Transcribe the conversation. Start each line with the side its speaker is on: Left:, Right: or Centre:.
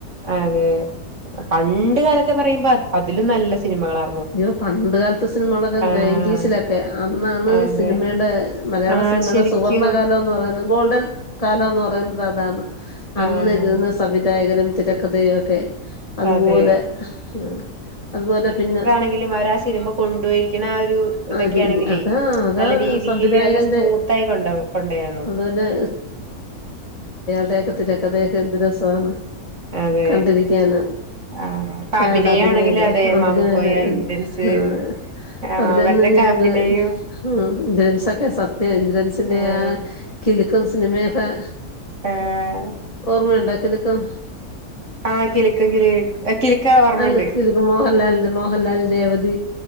Right: അതെ പണ്ട് കാലത്തെ പറയുമ്പോ അത് അതിലും നല്ല സിനിമ സിനിമകളാ
Left: ഇയോ പണ്ട് കാലത്തെ സിനിമകളൊക്കെ
Right: ആഹ്
Left: നയൻറ്റീസിലൊക്കെ അന്നാണ്
Right: അതെ
Left: സിനിമടെ മലയാള
Right: ആഹ്
Left: സിനിമടെ
Right: ശരിക്കും
Left: സുവർണ്ണകാലംന്ന് പറയുന്ന ഗോൾഡൻ കാലംന്ന് പറയുന്നത് അതാണ് അന്നിരുന്ന
Right: ആഹ്
Left: സംവിധായകരും തിരക്കഥയു ഒക്കെ അതുപോലെ
Right: അതെ
Left: ആഹ് അതുപോലെ പിന്നെ
Right: എന്നെ എങ്കിലും അവരാ ആ സിനിമ കൊണ്ടുപോയിക്കുന്ന ആ ഒരു ഇതൊക്കെയാണെങ്കിലേ
Left: ആ രീതി അതാ അതാ
Right: നല്ല രീതിൽ
Left: സംവിധായകന്റെ
Right: നല്ല സ്മൂത്ത് ആയി കൊടൊവും കൊണ്ടയന്നു
Left: അതുപോലെ അതെകത്തിലെ കഥഒക്കെ എന്ത് രസാണ്
Right: അതെ
Left: കണ്ടിരിക്കൻ
Right: ആഹ് ഇപ്പൊ
Left: അയാളുടെ
Right: അഭിനയാണെങ്കില്
Left: അഭിനഓക്കേ
Right: അതെ
Left: അതിനു
Right: മാമുക്കോയ
Left: തന്നെ
Right: ഇന്ദ്രൻസ്
Left: ആ
Right: ആഹ്
Left: അവരൊന്നും
Right: അവരുടെക്കെ
Left: ഞമുക്ക്
Right: അഭിനയം
Left: ആഹ് ഇന്ദ്രൻസ് ഒക്കെ സത്യ <unintelligible> ഇന്ദ്രൻസിന്റെ
Right: ആഹ്
Left: ആ ക ക്കും സിനിമയൊക്കെ-
Right: ആഹ്
Left: ഓർമ്മയുണ്ടോ കിലുക്കം
Right: ആ കിലുക്കം കില ക കിലുക്കം ഓർമ്മുണ്ട്
Left: അല്ല കിലുക്കം മോഹൻലാലിന്റെ മോഹൻലാൽ രേവതി